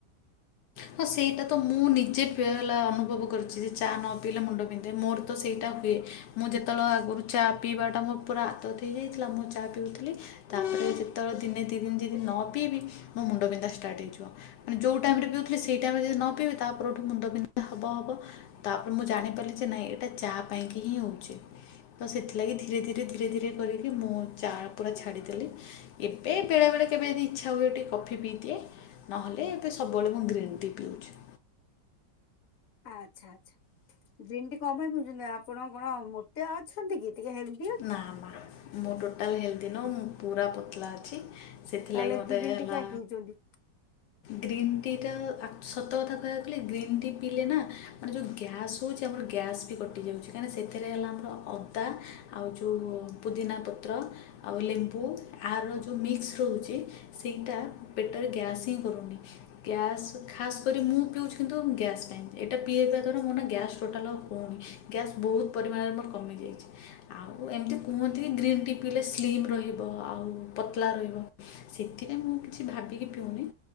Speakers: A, on the left; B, on the left.
A: ହଁ ସେଇଟା ତ ମୁଁ ନିଜେ ଫେର୍ ହେଲା ଅନୁଭବ କରୁଛି ଯେ ଚା ନ ପିଇଲେ ମୁଣ୍ଡ ବିିନ୍ଧି ଯେ ମୋର ତ ସେଇଟା ହୁଏ। ମୁଁ ଯେତେବେଳେ ଆଗରୁ ଚା ପିଇବାଟା ମୋର ପୁରା ଆଦତ୍ ହେଇଯାଇଥିଲା ମୁଁ ଚା ପିଉଥିଲି ତାପରେ ଯେତେବେଳେ ଦିନେ ଦି ଦିନ ଯଦି ନ ପିଇବି ମୋ ମୁଣ୍ଡ ବିିନ୍ଧା ଷ୍ଟାର୍ଟ ହେଇଯିବ। ମାନେ ଯୋଉ ଟାଇମ୍ ରେ ପିଉଥିଲେ ସେଇ ଟାଇମ୍ ଯଦି ନ ପିଇବି ତାପରଠୁ ମୁଣ୍ଡ ବିିନ୍ଧା ହବ ହବ। ତପରେ ମୁଁ ଜାଣିପାରିଲି ଯେ ନାଇଁ ଏଇଟା ଚା ପାଇଁକି ହିଁ ହଉଛି। ତ ସେଥିଲାଗି ଧୀରେ ଧୀରେ ଧୀରେ ଧୀରେ କରିକି ମୁଁ ଚା ପୁରା ଛାଡ଼ିଦେଲି। ଏବେ ବେଳେବେଳେ କେବେ ଯଦି ଇଚ୍ଛା ହୁଏ ଟିକେ କଫି ପିଇ ଦିଏ ନହେଲେ ଏବେ ସବୁବେଳେ ମୁଁ ଗ୍ରୀନ୍ ଦି ପିଉଛି।
B: ଆଚ୍ଛା ଆଚ୍ଛା ଗ୍ରୀନ ଟି କଣ ପାଇଁ ପିଉଛନ୍ତି? ଆପଣ କଣ ମୋଟା ଅଛନ୍ତି କି? ଟିକେ ହେଲଦି
A: ନା ନା ମୁଁ ଟୋଟାଲ ହେଲ୍ଦି ନୁହଁ ମୁଁ ପୁରା ପତଲା ଅଛି। ସେଥିଲାଗି
B: ତାହେଲେ
A: ମୋତେ
B: ଗ୍ରୀନ୍
A: ହେଲା।
B: ଟି କାଇଁ ପିଉଛନ୍ତି
A: ଗ୍ରୀନ୍ ଟି ଟା ଆକ ସତ କଥା କହିବାକୁ ଗଲେ ଗ୍ରୀନ୍ ଟି ପିଇଲେ ନା ମାନେ ଯେଉଁ ଗ୍ୟାସ୍ ହଉଛି ଆମର ଗ୍ୟାସ୍ କଟି ଯାଉଛି କାହିଁକିନା ସେଥିରେ ହେଲା ଆମର ଅଦା ଆଉ ଯଉ ପୁଦିନା ପତ୍ର ଆଉ ଲେମ୍ବୁ ଆର ଯୋଉ ମିକ୍ସ ରହୁଛି ସେଇଟା ପେଟରେ ଗ୍ୟାସ୍ ହିଁ କରୁନି। ଗ୍ୟାସ୍ ଖାସ୍ କରି ମୁଁ ପିଉଛି କିନ୍ତୁ ଗ୍ୟାସ୍ ପାଇଁ ଏଇଟା ପିଇବା ଦ୍ଵାରା ମୋର ନା ଗ୍ୟାସ୍ ଟୋଟାଲ ଆଉ ହୋଉନି। ଗ୍ୟାସ୍ ବୋହୁତ ପରିମାଣରେ ମୋର କମିଯାଇଛି। ଆଉ ଏମିତି କୁହନ୍ତି କି ଗ୍ରୀନ୍ ଟି ପିଇଲେ ସ୍ଲିମ୍ ରହିବ ଆଉ ପତଲା ରହିବ। ସେଥିପାଇଁ ମୁଁ କିଛି ଭାବିକି ପିଉନି।